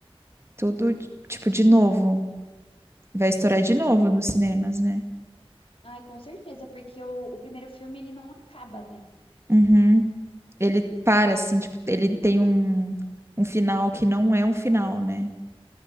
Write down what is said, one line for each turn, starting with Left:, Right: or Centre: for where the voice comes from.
Right: tudo, tipo, de novo. Vai estourar de novo nos cinemas, né?
Left: Ai, com certeza, porque o, o primeiro filme ele não acaba, né?
Right: Uhum. Ele para, assim, tipo, ele tem um, um final que não é um final, né?